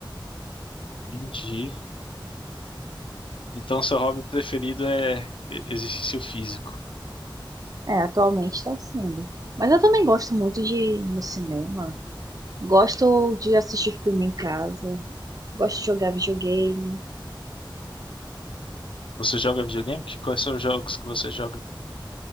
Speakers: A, on the left; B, on the right.
A: entendi. Então, seu hobby preferido é e- exercício físico.
B: É, atualmente está sendo. Mas eu também gosto muito de ir no cinema. Gosto de assistir filme em casa. Gosto de jogar videogame.
A: Você joga videogame? Que- Quais são os jogos que você joga?